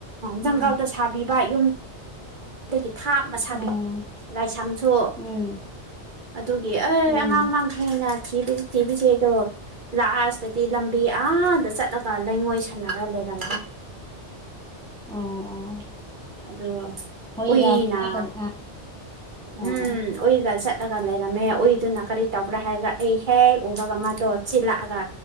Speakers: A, on the right (about 45°); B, in the centre.
A: ꯖꯪꯒꯜꯗ
B: ꯎꯝ
A: ꯁꯥꯕꯤꯕ ꯌꯨꯝ ꯗꯒꯥ ꯊꯥ ꯃꯁꯥꯕꯤ
B: ꯑꯣ
A: ꯂꯥꯏꯁꯪꯁꯨ
B: ꯎꯝ
A: ꯑꯗꯨꯒꯤ ꯑꯦ
B: ꯎꯝ
A: ꯑꯉꯥꯡ ꯃꯥꯡ ꯈꯔꯦꯅ ꯊꯤꯕꯁꯤ ꯊꯤꯕꯁꯤ ꯗꯣ ꯂꯥꯁꯇꯗꯤ ꯂꯝꯕꯤ ꯑꯗ ꯆꯠꯂꯒ ꯂꯩꯉꯣꯏ ꯁꯟꯅꯔ ꯂꯩꯔꯝꯃꯤ
B: ꯑꯣ ꯑꯣ
A: ꯑꯗꯣ
B: ꯍꯣꯏꯒ
A: ꯎꯏꯅ
B: ꯃꯅꯥꯛꯇ ꯑꯥ ꯑꯣ
A: ꯎꯝ ꯎꯏꯒ ꯆꯠ ꯆꯠꯂꯒ ꯂꯩꯔꯝꯃꯦ ꯎꯏꯗꯨꯅ ꯀꯔꯤ ꯇꯧꯕ꯭ꯔꯥ ꯍꯥꯏꯔꯒ ꯑꯩ ꯍꯦꯛ ꯎꯔꯒ ꯃꯥꯗꯣ ꯆꯤꯜꯂꯛꯑꯒ